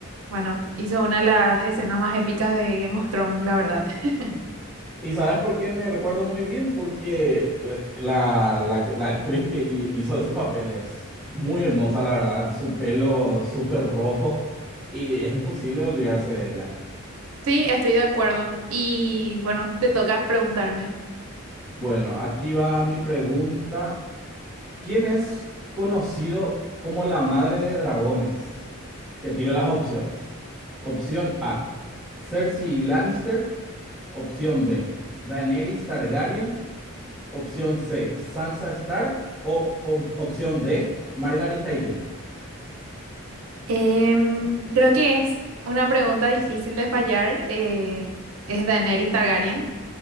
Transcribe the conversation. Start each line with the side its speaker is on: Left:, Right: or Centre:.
Right: bueno, hizo una de las escenas más épicas de Game of Thrones, la verdad. <laughs>
Centre: ¿Y sabes por qué me recuerdo muy bien? Porque eh, la, la, que- la actriz que hi- hizo ese papel es muy hermosa, la verdad. Su pelo súper rojo y es imposible olvidarse de ella.
Right: Sí, estoy de acuerdo. Y bueno, te toca preguntarme.
Centre: Bueno, aquí va mi pregunta. ¿Quién es conocido como la madre de dragones? Te tiro las opciones. Opción A, Cersei Lannister. Opción B, Daenerys Targaryen. Opción C, Sansa Stark. O o- opción D, Margarita Tyrell.
Right: Em, creo que es una pregunta difícil de fallar. eh, ¿es Daenerys Targaryen?